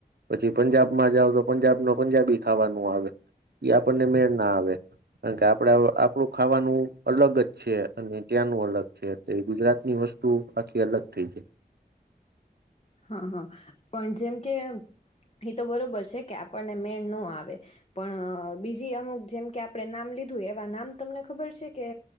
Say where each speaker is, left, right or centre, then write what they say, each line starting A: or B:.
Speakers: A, on the right; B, on the left.
A: પછી પંજાબમાં જાવ તો પંજાબ ન પંજાબી ખાવાનું આવે, એ આપણને મેળ ના આવે, કારણ કે આપડ આપડું ખાવાનું અલગ જ છે અને ત્યાંનું અલગ છે એ ગુજરાતની વસ્તુ આખી અલગ થઈ જાય.
B: હા હા, પણ જેમ કે એ તો બરોબર છે કે આપણને મેણ ન આવે, પણ બીજી અમુક જેમ કે આપણે નામ લીધું એવા નામ તમને ખબર છે કે